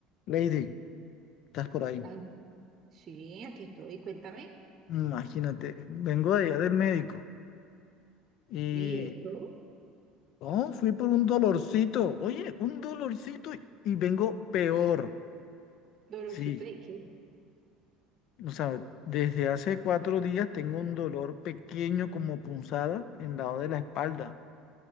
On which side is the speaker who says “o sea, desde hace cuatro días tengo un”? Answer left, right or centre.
Left